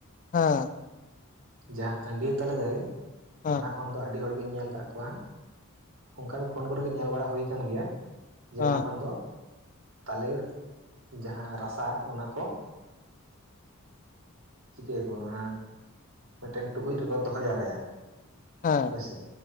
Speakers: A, on the left; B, on the right.
A: ᱦᱮᱸ
B: ᱡᱟᱦᱟᱸ ᱟᱺᱰᱭᱟᱹ ᱛᱟᱞᱮ ᱫᱟᱨᱮ
A: ᱦᱮᱸ
B: ᱚᱱᱟ ᱠᱷᱚᱱ ᱫᱚ ᱟᱹᱰᱤ ᱦᱚᱲᱜᱤᱧ ᱧᱮᱞ ᱠᱟᱫ ᱠᱚᱣᱟ ᱚᱱᱠᱟᱜᱮ ᱯᱷᱳᱱ ᱠᱚᱨᱮ ᱜᱮ ᱧᱮᱞ ᱵᱟᱲᱟ ᱦᱩᱭ ᱠᱟᱱ ᱜᱮᱭᱟ, ᱡᱮ
A: ᱦᱮᱸ
B: ᱚᱱᱟ ᱠᱷᱚᱱ ᱫᱚ ᱛᱟᱞᱮᱨ ᱡᱟᱦᱟᱸ ᱨᱟᱥᱟ ᱚᱱᱟᱠᱚ ᱪᱤᱠᱟᱹᱭᱟᱠᱚ ᱚᱱᱟ ᱢᱮᱫᱴᱮᱱ ᱴᱩᱠᱩᱡ ᱨᱮᱠᱚ ᱫᱚᱦᱚ ᱡᱟᱣᱨᱟᱭᱟ,
A: ᱦᱮᱸ
B: ᱦᱳᱭ ᱥᱮ